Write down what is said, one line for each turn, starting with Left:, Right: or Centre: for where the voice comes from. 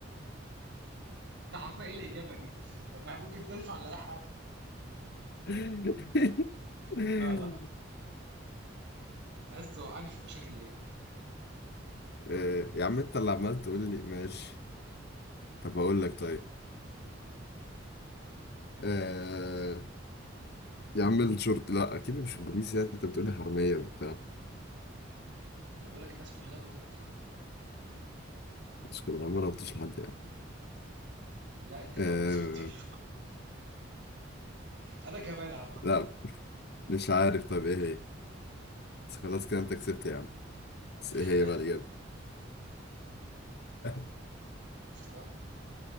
Right: <laughs> يا عم ايه الاجابه دي طب ما هي ممكن تنفع لاي حاجه
Left: <laughs>
Right: <laughs>
Left: أه...
Right: لا لا انت عايز توقعني في مشاكل ليه
Left: أه... يا عم انت اللي عمال تقول لي ماشي طب اقول لك طيب أه... يا عم الشورت لا اكيد مش بوليس يعني انت بتقولي حراميه وبتاع
Right: انا بقول لك الناس كلها بتوطيله
Left: مش كده ما ربطش لحد يعني
Right: لا انت كمان
Left: أه...
Right: بتوطيله <laughs> انا كمان عامه
Left: لا مش عارف طب ايه هي بس خلاص كده انت كسبت يا عم بس
Right: الحلاق
Left: ايه هي بقى الإجابة <laughs>
Right: شفت بقى